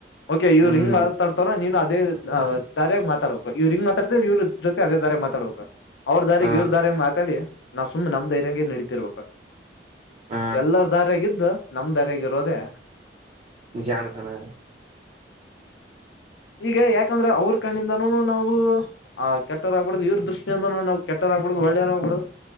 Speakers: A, on the left; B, on the right.
A: ಓೆ ಇವ್
B: ಹ್ಮ್
A: ಗ್ತಾಡ್ತಾರೋ ನೀನು ಅ ಅದೇ ದಾರ ಮಾತಾಡ್ಬೇಕು ಇವ್ರ ಹಿಂಗ್ತಾಡತ ಇವ್ರ ಜೊತೆ ಅದೇ ದಾರ್ಯ ಮಾತಾಡ್ಬೇಕ ಅವ್ರ ದಾರಿಗ್
B: ಹ
A: ಇವ್ರ ದಾರಿ ಮಾತಾಡಿ ನಾವ್ ಸುಮ್ನೆ ನಮ್ ಧೈರ್ಯಂಗ ನಡೀತಿರ್ಬೇಕ
B: ಹ
A: ಎಲ್ಲರ ದಾರ್ಯಾಗಿದ್ದ ನಮ್ ದಾರಿ ಗಿರೋದೇ
B: ಜಾಣತಾನ
A: ಈಗ ಯಾಕಂದ್ರೆ ಅವ್ರ ಕಣ್ಣಿಂದನು ನಾವು ಆ್ ಕೆಟ್ಟವರಾಗಗ್ಬಡ್ದುದು ಇವ್ರ ದೃಷ್ಟಿಯಿಂದ ನಾವು ಕೆಟ್ಟವರಾಗ್ಬಡ್ದುದು ಒಳ್ಳೆಯಾರ್ಬಡದು